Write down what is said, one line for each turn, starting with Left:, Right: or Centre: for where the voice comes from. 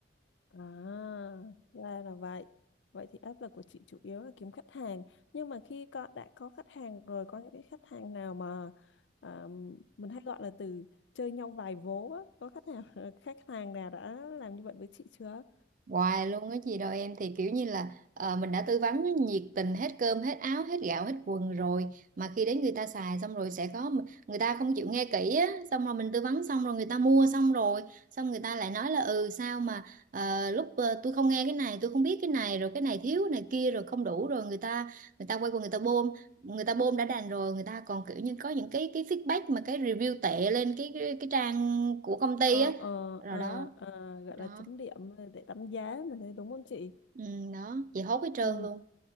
Left: À, ra là vậy. Vậy thì áp lực của chị chủ yếu là kiếm khách hàng. Nhưng mà khi có, đã có khách hàng rồi, có những cái khách hàng nào mà à, mình hay gọi là từ chơi nhau vài vố á. Có khách hàng <laughs> khách hàng nào đã làm như vậy với chị chưa?
Right: Hoài luôn á chị đâu em thì kiểu như là ờ, mình đã tư vấn nhiệt tình hết cơm hết áo hết gạo hết quần rồi mà khi đến người ta xài xong rồi sẽ có người ta không chịu nghe kỹ á xong rồi mình tư vấn xong rồi người ta mua xong rồi xong người ta lại nói là ừ sao mà ờ, lúc ờ, tôi không nghe cái này tôi không biết cái này rồi cái này thiếu cái này kia rồi không đủ rồi người ta người ta quay qua người ta bôm người ta bôm đã đành rồi người ta còn kiểu như có những cái cái feedback mà cái review tệ lên cái cái, cái trang của công ty
Left: Ờ,
Right: á
Left: ờ,
Right: rồi
Left: ờ,
Right: đó
Left: ờ, gọi
Right: đó
Left: là chấm điểm để đánh giá mình thấy đúng không chị?
Right: ừ, đó chị hốt hết trơn
Left: Ừ.
Right: luôn